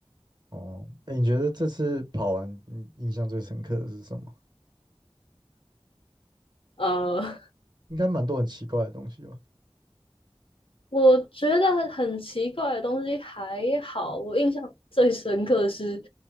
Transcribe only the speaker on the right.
哦，哎，你觉得这次跑完，你印象最深刻的是什么？
应该蛮多很奇怪的东西吧？